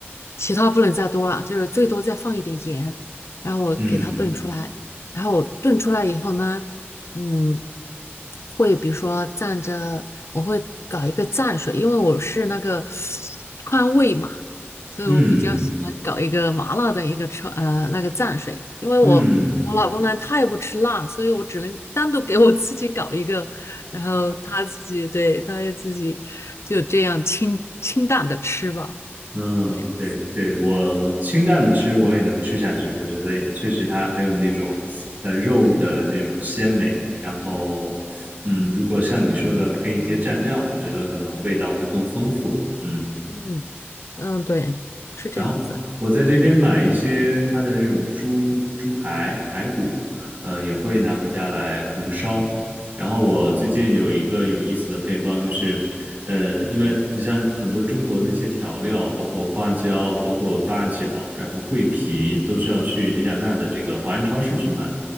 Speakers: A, on the left; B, on the right.
A: 其他不能再多了，就是最多再放一点盐，然后我给它炖出来，
B: 嗯
A: 然后我炖出来以后呢，嗯，会比如说蘸着，我会搞一个蘸水，因为我是那个 <sniffs> 川味嘛。所以我比较喜欢搞一个麻辣的一个川呃那个蘸水，
B: 嗯。
A: 因为我我老公呢他也不吃辣，
B: 嗯
A: 所以我只能单独给我自己搞一个，然后他自己对他也自己就这样清清淡的吃吧，
B: 嗯，
A: 是这样子。
B: 对对，我清淡的吃我也能吃下去，我觉得也确实它很有那种呃肉的那种鲜美，然后嗯，如果像你说的配一些蘸料，我觉得可能味道会更丰富。嗯
A: 嗯嗯，对，是这样子。
B: 然后我在这边买一些它的那种猪猪排排骨，呃，也会拿回家来红烧。然后我最近有一个有意思的配方，就是，呃，因为你像很多中国那些调料，包括花椒、包括八角，然后桂皮，都需要去李甲娜的这个华人超市去买。